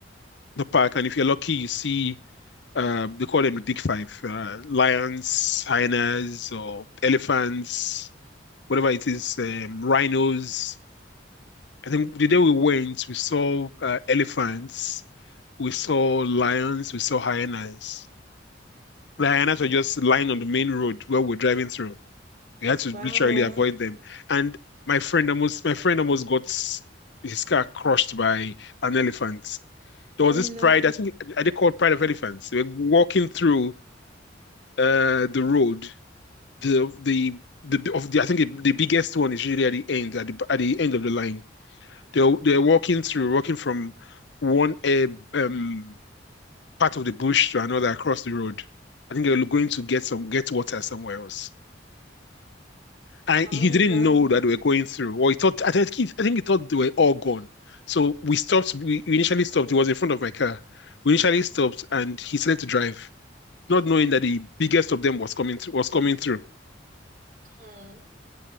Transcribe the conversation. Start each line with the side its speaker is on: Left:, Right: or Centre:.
Left: the park, and if you're lucky, you see uh, they call them the big five: uh, lions, hyenas, or elephants, whatever it is, um, rhinos. I think the day we went, we saw uh, elephants, we saw lions, we saw hyenas. The hyenas
Right: Mm,
Left: were just lying on the main road where we're driving through. We had to
Right: Wow.
Left: literally avoid them. And my friend almost my friend almost got s- his car crushed by an elephant. There
Right: Oh
Left: was
Right: no.
Left: this pride, I think are they called pride of elephants? They were walking through uh the road. The the the of the I think the, the biggest one is usually at the end, at the at the end of the line. They're they're walking through, walking from one uh, um part of the bush to another across the road. I think they were going to get some get water somewhere else. and
Right: Oh
Left: he didn't
Right: wow.
Left: know that we were going through. Or he thought I think he, I think he thought they were all gone. So we stopped. We, we initially stopped. He was in front of my car. We initially stopped, and he started to drive, not knowing that the biggest of them was coming through. Was coming through.
Right: mm.